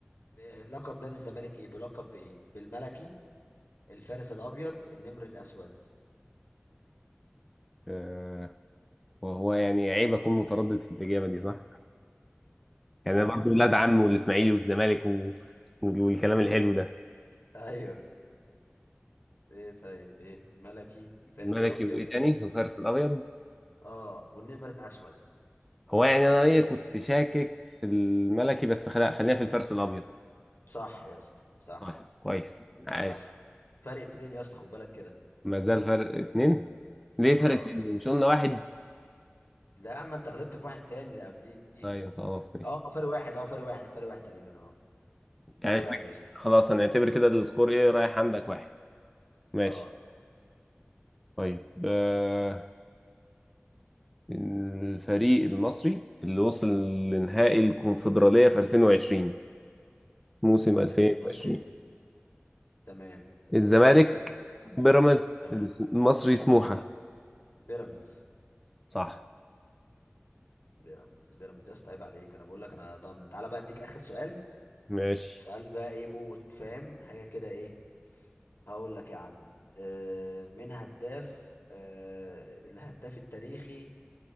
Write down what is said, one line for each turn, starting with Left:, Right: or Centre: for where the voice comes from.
Left: آه، لقب نادي الزمالك ايه بلقب بايه بالملكي الفارس الابيض النمر الاسود
Centre: آه، وهو يعني عيب اكون متردد في الاجابه دي صح؟
Left: لا
Centre: يعني انا
Left: يا
Centre: برضه
Left: عم
Centre: ولاد
Left: عادي
Centre: عم والاسماعيلي والزمالك و... وال- والكلام الحلو ده
Left: ايوه ايه طيب ايه ملكي فارس
Centre: الملكي
Left: ابيض
Centre: وايه تاني؟ والفارس الابيض
Left: اه والنمر الاسود
Centre: هو يعني انا ايه كنت شاكك في الملكي بس خلا... خلينا في الفارس الابيض
Left: صح يا اسطى صح
Centre: طيب كويس عاش
Left: صح فرق اتنين يا اسطى خد بالك كده
Centre: ما زال فرق اتنين ليه
Left: اه
Centre: فرق اتنين؟ مش قلنا واحد؟
Left: لا يا عم انت غلطت في واحد تاني اللي قبليه
Centre: ايوه خلاص ماشي
Left: اه فرق واحد اه فرق واحد فرق واحد تقريبا اه فرق
Centre: يعني احنا
Left: واحد يا اسطى
Centre: خلاص هنعتبر كده السكور ايه رايح عندك واحد ماشي
Left: اه
Centre: طيب آه... الفريق المصري اللي وصل لنهائي الكونفدرالية في 2020 موسم 2020
Left: فريق المصري تمام
Centre: الزمالك بيراميدز
Left: تمام
Centre: المصري سموحة
Left: بيراميدز
Centre: صح
Left: بيراميدز بيراميدز يا اسطى عيب عليك انا بقول لك انا ضن تعالى بقى اديك اخر سؤال
Centre: ماشي
Left: سؤال بقى ايه موت فاهم حاجه كده ايه هقول لك يا عم آه من هداف آه الهداف التاريخي